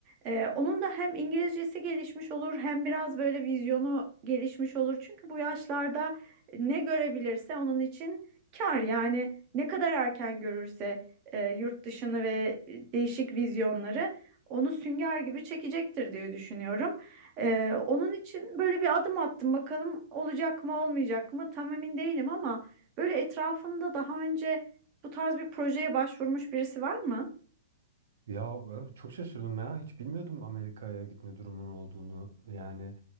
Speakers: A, on the right; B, on the right.
A: E, onun da hem İngilizcesi gelişmiş olur hem biraz böyle vizyonu gelişmiş olur. Çünkü bu yaşlarda ne görebilirse onun için kar yani ne kadar erken görürse e, yurt dışını ve değişik vizyonları onu sünger gibi çekecektir diye düşünüyorum. Ee, onun için böyle bir adım attım. Bakalım olacak mı olmayacak mı tam emin değilim ama böyle etrafında daha önce bu tarz bir projeye başvurmuş birisi var mı?
B: ya e, çok şaşırdım ya. Hiç bilmiyordum Amerika'ya gitme durumunun olduğunu. Yani